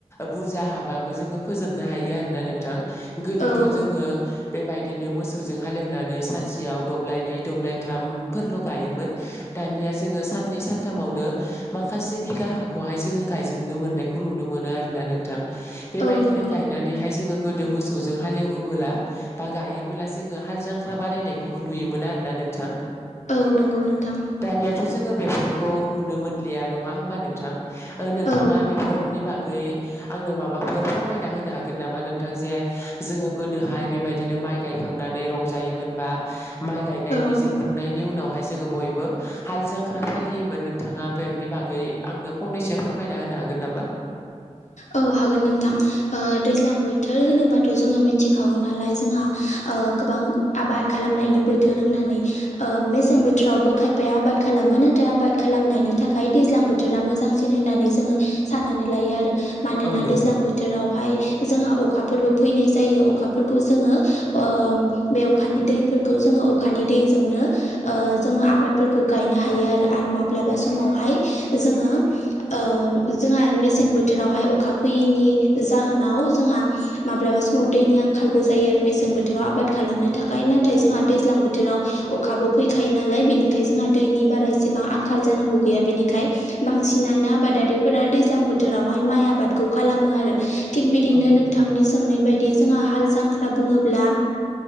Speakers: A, on the left; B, on the left.
A: बुरजा हाबाबो जोंङो फोजोबनो हायो आरोना नोंथां गोदोथ'
B: औ
A: जोंङो बेबायदिनो मोसौजों हालेवनानै सानसेयाव दब्लाय नै दब्लायथामफोरल' गायोमोन। दानिया जोंङो साननै सानथामावनो माखासे बिगा हाखौहाय जोंङो गायजोबनो मोननायखौ नुनो मोनो आरो ना नोंथां बेबायदिनो
B: औ नंगौ
A: गायनानैहाय जोंङो गोदो मोसौजों हालेवोबोला बा गायोबोला जोंङो हाल जांख्रा बानायनायखौबो नुयोमोन आरो ना नोंथां?
B: औ नंगौ नोंथां
A: दानियाथ' जोंङो बेफोरखौ नुनो मोनलिया नंङा होमबा नोंथां ओ नोंथांङा
B: औ
A: बेफोरनि बागै आंनो माबाफोर फोरमायना होनो हागोन नामा नोंथां जे जोंङो गोदोहाय बेबायदिनो माइ गाय खांनानै रंजायोमोन बा माइ गायनायनि
B: औ
A: जोबखांनायनि उनावहाय जोंङो बयबो हाल जांख्रा फालियोमोन नोंथांङा बेनि बागै आंनो फंनैसो फोरमायना होनो हागोन। हागोन नामा?
B: औ हागोन नोंथां ओ दैज्लां बोथोर होनोबाथ' जोंङो मिनथिखागौ नालाय जोंहा ओ गोबां आबाद खालामनायनि बोथोर होननानै ओ मेसें बोथोरावबो खायफाया आबाद खालामो मोन नाथाय आबाद खालामनायनि थाखाय दैज्लां बोथोरा मोजांसिन होननानै जोंङो साननानै लायो आरो। मानोना
A: औ नंगौ
B: दैज्लां बोथोरावहाय जोंहा अखाफोरबो फैनाय जायो अखाफोरखौ जोंङो ओं बे अखानि दैफोरखौ जोंङो अखानि दैजोंनो जोंङो आबादफोरखौ गायनो हायो आरो आरो माब्लाबा समावहाय जोंङो ओ जोंहा मेसें बोथोरावहाय अ खा फैयैनि जाहोनाव जोंहा माब्लाबा समाव दैनि आंखालबो जायो आरो मसें बोथोराव आबाद आबाद खालामनो थाखाय नाथाय जोंहा दैज्लां बोथोराव अखाबो फैखायो नालाय बेनिखाय जोंहा दैनि बारा बेसेबां आंखाल जानांगौ गैया बिनिखाय बांसिनानो आबादारिफोरा दैज्लां बोथोरावहाय माइ आबाद खौ खालामो आरो थिग बिदिनो
A: औ नंगौ
B: नोंथांनि
A: नोंथां
B: सोंनाय बायदि जोंहा हाल जांख्रा बुङोब्ला